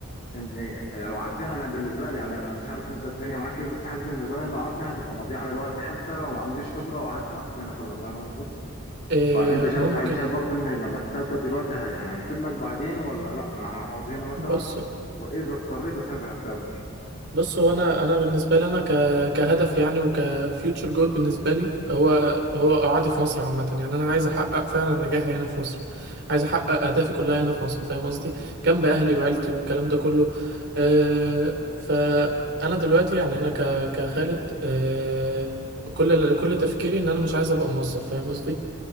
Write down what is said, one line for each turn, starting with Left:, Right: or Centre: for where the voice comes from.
Left: ان إيه، يعني لو قعدت هنا انا بالنسبه لي يعني انا مش عارف انت الدنيا معاك ايه بس حاسس بالنسبه لي ان لو قعدت هنا هتبقى مضيعه للوقت حتى لو ما عنديش خبره وقعدت اخد هنا خبره فاهم قصدي؟
Right: آه،
Left: فانت شايف
Right: ممكن
Left: هل شايف برضو ان لما تسافر دلوقتي هي يعني هيفيد لك بعدين ولا لا انا هقعد هنا مثلا
Right: بص
Left: واذا اضطريت اسافر هسافر
Right: بص هو انا انا بالنسبه لي انا ك كهدف يعني وكفيوتشر جول بالنسبه لي هو هو قعدي في مصر عامه يعني انا عايز احقق فعلا نجاحي هنا في مصر عايز احقق اهدافي كلها هنا في مصر فاهم قصدي جنب اهلي وعيلتي والكلام ده كله أه فانا دلوقتي يعني انا ك كخالد أه كل كل تفكيري ان انا مش عايز ابقى موظف فاهم قصدي